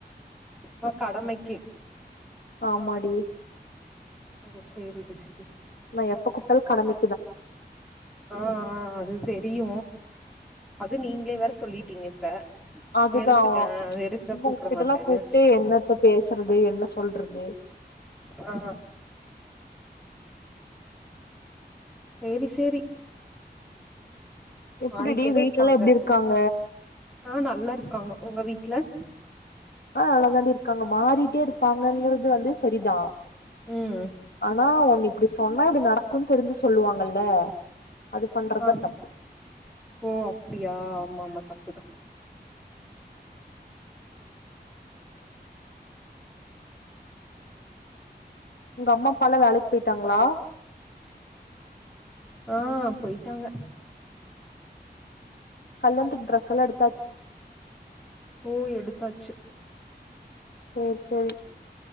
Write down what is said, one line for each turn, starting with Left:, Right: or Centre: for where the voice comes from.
Centre: அப்ப கடமக்கி
Left: ஆமாடி
Centre: ஓ சேரிடி சே
Left: நா எப்ப கூப்ட்டாலு கடமை
Centre: ஆ ஆ அது தெரியு அது நீங்க வேற சொல்லிட்டீங்க இப்ப
Left: அதுதா
Centre: வெறுத்துட்டேன் வெறுத்தா
Left: சும்மா
Centre: கூப்ட
Left: உங்ககிட்டல்லா
Centre: மாட்டேன்னு
Left: கூப்ட்டு என்னத்த பேசுறது என்ன சொல்றது
Centre: ஆ செரி செரி
Left: எப்டிடி
Centre: மாறிட்டேதா
Left: வீட்லல்லா
Centre: இருப்பாங்க
Left: எப்டி இருக்காங்க
Centre: ஆ நல்லா இருக்காங்க உங்க வீட் ட்ல
Left: ஆ நல்லா தாண்டி இருக்காங்க மாறிட்டே இருப்பாங்கங்கறது வந்து சரிதான்
Centre: ம்
Left: ஆனா உன்னி அப்டி சொன்னா அப்டி நடக்குன் தெரிஞ்சி சொல்லுவாங்கல்ல அது பண்றதா
Centre: ஆ
Left: தப்பு
Centre: ஓ அப்டியா ஆமா மா தா <unintelligible>
Left: உங்கம்மாப்பாலா வேலைக் போய்ட்டாங்ளா
Centre: ஆ போயிட்டாங்க
Left: கல்யாணத்துக் டிரஸ் எல்லா எடுத்
Centre: ஓ எடுத்தாச்சு
Left: சேர் செரி